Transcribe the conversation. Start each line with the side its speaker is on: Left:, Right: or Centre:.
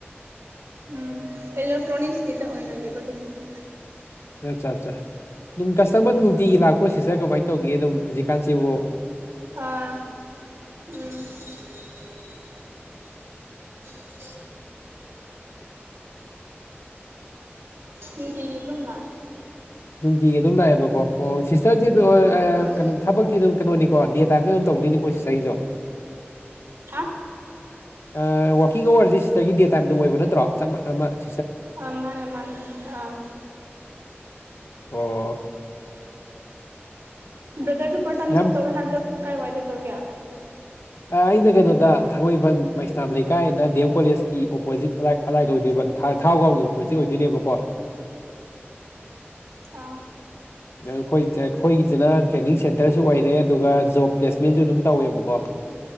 Right: ꯎꯝ ꯏꯂꯦꯛꯇ꯭ꯔꯣꯅꯤꯛꯁꯀꯤꯇ ꯑꯣꯏꯅ ꯂꯩꯕ ꯑꯗꯨꯒꯤꯅꯦ
Left: ꯑꯆꯥ ꯆꯥ ꯅꯨꯡ ꯀꯁꯇꯃꯔꯗꯨꯞ ꯅꯨꯡꯇꯤꯒꯤ ꯂꯥꯛꯄ꯭ꯔꯣ ꯁꯤꯁꯇꯔ ꯀꯃꯥꯏ ꯇꯧꯒꯦꯗꯨꯝ ꯍꯧꯖꯤꯛꯀꯥꯟꯁꯤꯕꯨ
Right: ꯑꯥ ꯎꯝ <unintelligible> ꯅꯨꯡꯇꯤꯒꯤ ꯗꯨꯝ ꯂꯥꯛꯑꯦ
Left: ꯅꯨꯡꯇꯤꯒꯤ ꯑꯗꯨꯝ ꯂꯥꯛꯑꯦꯕꯀꯣ ꯑꯣ ꯁꯤꯁꯇꯔꯖꯦꯗꯨ ꯑ ꯑ
Right: ꯑꯥ
Left: ꯊꯕꯛꯇꯤ ꯑꯗꯨꯝ ꯀꯩꯅꯣꯅꯤꯀꯣ ꯗꯦ ꯇꯥꯏꯝꯗ ꯑꯗꯨꯝ ꯇꯧꯗꯣꯏꯅꯤꯀꯣ ꯁꯤꯁꯇꯔꯒꯤꯁꯨ
Right: ꯑꯁ
Left: ꯑ ꯋꯥꯛꯀꯤꯡ ꯑꯥꯋ꯭ꯔꯁꯦ ꯁꯤꯇꯔꯒꯤ ꯗꯦ ꯇꯥꯏꯝꯗ ꯑꯣꯏꯕ ꯅꯠꯇ꯭ꯔꯣ ꯆꯃ ꯑꯃ ꯃ
Right: ꯑ ꯃꯥꯅꯦ ꯃꯥꯅꯦ ꯑꯥ
Left: ꯑꯣ
Right: ꯕ꯭ꯔꯗꯔꯁꯨ ꯄꯥ꯭ꯔꯠꯇꯥꯏꯝ
Left: ꯌꯥꯝ
Right: ꯖꯣꯞ ꯇꯧꯋꯦ ꯍꯥꯏꯕꯗꯣ ꯀꯥꯏ ꯋꯥꯏꯗ ꯇꯧꯒꯦ
Left: ꯑ ꯑꯩꯅ ꯀꯩꯅꯣꯗ ꯊꯥꯡꯃꯩꯕꯟ ꯃꯩꯁꯅꯥꯝ ꯂꯩꯀꯥꯏꯅ ꯗꯤ ꯑꯦꯝ ꯀꯣꯂꯦꯖꯀꯤ ꯑꯣꯄꯣꯖꯤꯠ ꯑꯗꯥꯏ ꯑꯗꯥꯏꯗ ꯑꯣꯏꯗꯣꯏꯕ ꯊꯥ ꯊꯥꯎꯒ꯭ꯔꯥꯎꯟꯒꯤ ꯑꯣꯄꯣꯠꯖꯤꯠ ꯑꯣꯏꯗꯣꯏꯅꯦꯕꯀꯣ
Right: ꯑꯥ
Left: ꯗ ꯈꯣꯏ ꯗ ꯑꯩꯈꯣꯏꯒꯤꯁꯤꯅ ꯇ꯭ꯔꯦꯅꯤꯡ ꯁꯦꯟꯇꯔꯁꯨ ꯑꯣꯏꯔꯦ ꯑꯗꯨꯒ ꯖꯣꯕ ꯄ꯭ꯂꯦꯁꯃꯦꯟꯖꯨ ꯑꯗꯨꯝ ꯇꯧꯋꯦꯕꯀꯣ